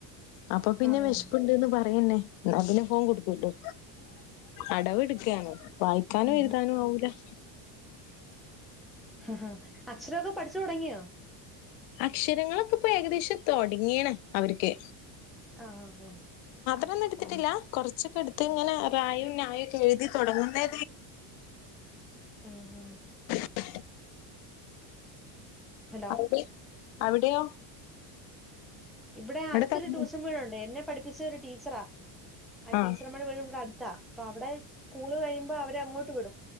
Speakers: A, on the left; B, in the centre.
A: അപ്പൊ പിന്നെ
B: ആഹ്
A: വെശ്പ്പ്ണ്ട്ന്ന് പ റയ്യെന്നെ ന്നാപ്പിന്നെ ഫോൺ കൊടുക്കല്ലോ അടവ്ട്ക്കാണെ വായിക്കാനു
B: ഉം
A: എഴുതാനു ആവൂല <inaudible>
B: ഹ ഹാ അക്ഷരൊക്കെ പഠിച്ചു തോടങ്ങിയോ
A: അക്ഷരങ്ങളൊക്കെപ്പൊ ഏകദേശം തൊടങ്ങീണ് അവര്ക്ക്
B: ആഹ് ആഹ്
A: ത്രാന്നെട്ത്തിട്ടില്ല കുറച്ചൊക്കെ എട്ത്ത്ങ്ങനെ റായും നായുക്കെ എഴ്തി തോടങ്ങ്ന്നതേ
B: മ് മ്
A: <inaudible>
B: ഹലോ
A: <unintelligible> അവിടെയോ
B: ഇവിടെ
A: അവിടെ
B: അടുത്തൊരു
A: തൊടങ്ങി
B: ടൂഷൻ വീടൊണ്ട് എന്നെ പഠിപ്പി <unintelligible> ഒരു ടീച്ചറാ ആ
A: ആഹ്
B: ടീച്ചറമ്മേടെ വീട് വടെ അട്ത്താ അപ്പൊ അവിടെ സ്കൂള് കഴിയുമ്പോ അവരെ അങ്ങോട്ട് വിടും